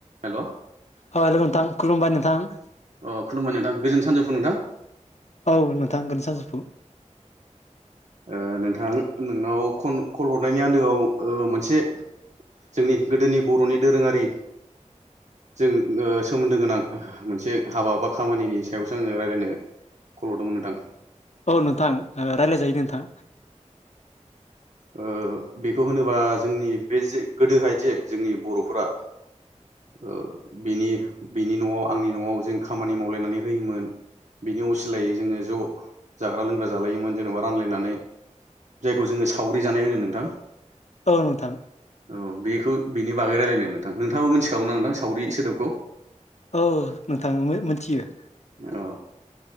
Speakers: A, on the right (about 65°); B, on the left (about 60°).
A: हेल'
B: औ हेलौ नोंथां खुलुमबाय नोंथां
A: अ खुलुमबाय नोंथां गोजोननि सानजौफुं नोंथां
B: औ नोंथां गोजोन सानजौफु
A: ओ नोंथां नोंनाव खन खल हरनायनि आन्दोआव मोनसे जोंनि गोदोनि बर'नि दोरोङारि जों ओ सोमोन्दो गोनां मोनसे हाबा बा खामानिनि सायावसो आङो रायजलायनो खलहरदोंमोन नोंथां
B: औ नोंथां रायलाय जायो‌ नोंथां
A: ओ बेखौ होनोबा जोंनि बे जे गोदोहाय जे जोंनि बर'फोरा ओ बिनि बिनि न'आव आंनि न'आव जों खामानि मावलायनानै होयोमोन बिनि असिलायै जोङो ज' जाग्रा लोंग्रा जालायोमोन जेन'बा रानलायनानै जायखौ जोङो सावरि जानाय होनो नोंथां
B: औ नोंथां
A: औ बेखौ बिनि बागै रायजलायनो नोंथां नोंथाङाबो मिथिखागौ ना नोंथां सावरि सोदोबखौ
B: औ नोंथां मोनथियो
A: औ